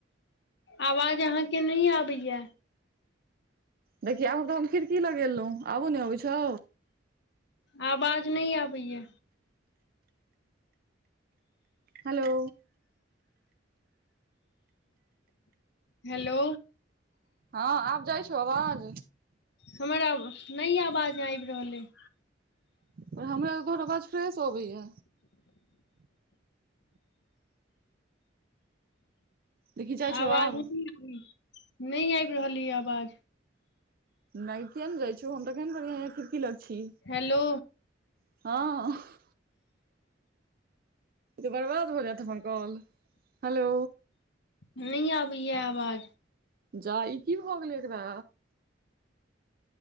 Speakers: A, on the left; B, on the right.
A: आवाज अहाँके नहि आबैये
B: देखी आब तऽ हम खिड़की लगेलहुँ आबो ने अबै छौ
A: आबाज नै आबैये
B: हेलो
A: हेलो
B: हँ आब जाय छो अवाज
A: हमर आब नहि आवाजम आबि रहल अहि
B: पर हमरा ओकर आवाज फ्रेश अबैये देखि जाइ छौ
A: आवाज
B: आब
A: नहि आबि रहल ये आवाज
B: नै किआ ने जाय छौ हम तऽ केहेन बढ़ियां ये खिड़की लग छी
A: हेलो
B: हँऽ इ बर्बाद भऽ जायत हमर कॉल हेलो
A: नइ आबैये आवाज
B: जा ई की भऽ गेलै एकरा